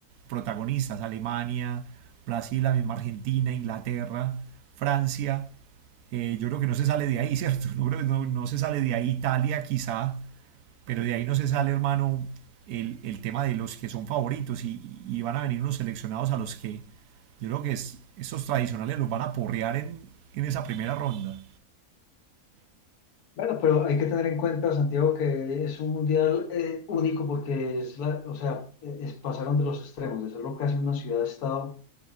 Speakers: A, on the right; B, on the left.
A: protagonistas, Alemania, Brasil, la misma Argentina, Inglaterra, Francia, eh, yo creo que no se sale de ahí, <laughs> ¿cierto? No, no, no no se sale de ahí Italia quizá, pero de ahí no se sale, hermano, el, el tema de los que son favoritos y, y van a venir unos seleccionados a los que yo creo que es, estos tradicionales los van a porrear en, en esa primera ronda.
B: bueno, pero hay que tener en cuenta, Santiago, que es un mundial eh, único porque es la, o sea, eh, es- pasaron de los extremos, de ser lo que hace una ciudad-estado